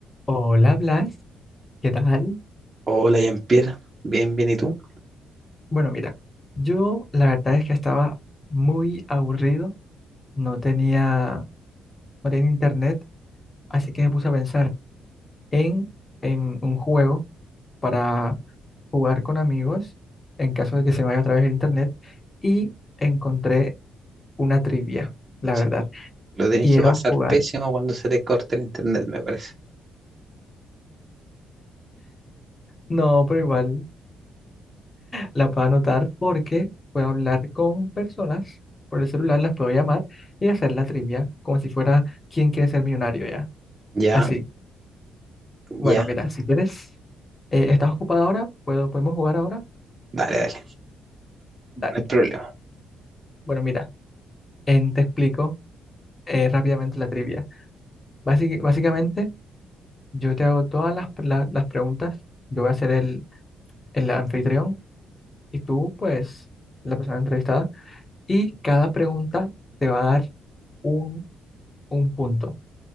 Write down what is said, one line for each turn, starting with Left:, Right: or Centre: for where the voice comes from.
Left: Hola Blas, ¿qué tal?
Right: Hola, Jean-Pierre. Bien, bien, ¿y tú?
Left: Bueno, mira, yo la verdad es que estaba muy aburrido, no tenía, no tenía internet, así que me puse a pensar en, en un juego para jugar con amigos en caso de que se me vaya otra vez el internet y encontré una trivia, la
Right: Sí,
Left: verdad.
Right: lo tenés
Left: Quiero
Right: que pasar
Left: jugar.
Right: pésimo cuando se te corte el internet, me parece.
Left: No, pero igual La puedo anotar porque puedo hablar con personas por el celular, las puedo llamar y hacer la trivia como si fuera quién quiere ser millonario ya.
Right: Ya,
Left: Así. Bueno,
Right: ya,
Left: mira, si quieres, eh, ¿estás ocupada ahora? ¿Puedo, podemos jugar ahora?
Right: dale, dale,
Left: Dale.
Right: no hay problema.
Left: Bueno, mira, en- te explico eh, rápidamente la trivia. Básic- básicamente, yo te hago todas las, la- las preguntas, yo voy a ser el, el anfitrión y tú, pues, la persona entrevistada. Y cada pregunta te va a dar un, un punto.